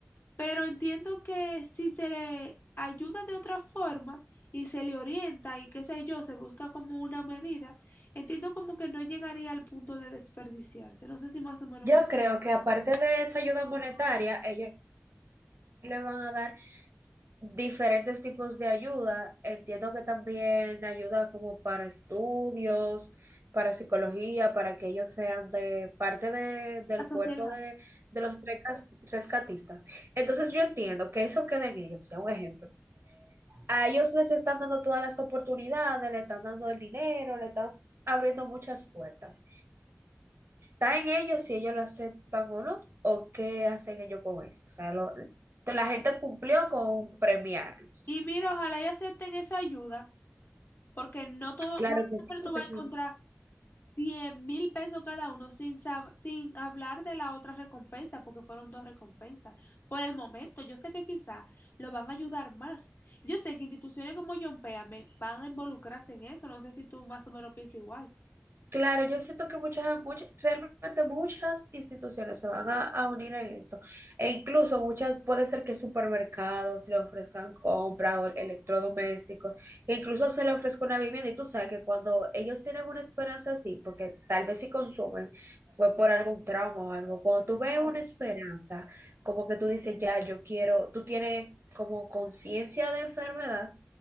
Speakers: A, on the left; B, on the right.
A: Pero entiendo que si se le ayuda de otra forma y se le orienta y qué sé yo, se busca como una medida, entiendo como que no llegaría al punto de desperdiciarse. No sé si más o menos
B: Yo
A: me...
B: creo que aparte de esa ayuda monetaria, ellos le van a dar diferentes tipos de ayuda. Entiendo que también ayuda como para estudios, para psicología, para que ellos sean de parte de- del
A: La sociedad.
B: cuerpo de, de los recas- rescatistas. Entonces yo entiendo que eso queda en ellos, ya un ejemplo. A ellos les están dando todas las oportunidades, le están dando el dinero, le están abriendo muchas puertas. Está en ellos si ellos lo aceptan o no, o qué hacen ellos con eso. O sea, lo- la gente cumplió con premiarlos.
A: Y mira, ojalá y acepten esa ayuda, porque no todo,
B: Claro
A: no
B: que
A: siempre
B: sí,
A: tú
B: porque
A: vas
B: son-
A: a encontrar cien mil pesos cada uno, sin, sab- sin hablar de la otra recompensa, porque fueron dos recompensas. Por el momento, yo sé que quizá lo van a ayudar más. Yo sé que instituciones como John Péame van a involucrarse en eso. No sé si tú más o menos piensas igual.
B: Claro, yo siento que muchas, muchas, realmente muchas instituciones se van a, a unir en esto. E incluso muchas, puede ser que supermercados le ofrezcan compra o electrodomésticos, que incluso se le ofrezca una vivienda. Y tú sabes que cuando ellos tienen una esperanza así, porque tal vez si consumen, fue por algún trauma o algo. Cuando tú ves
A: Claro.
B: una esperanza, como que tú dices, ya, yo quiero, tú tienes como conciencia de enfermedad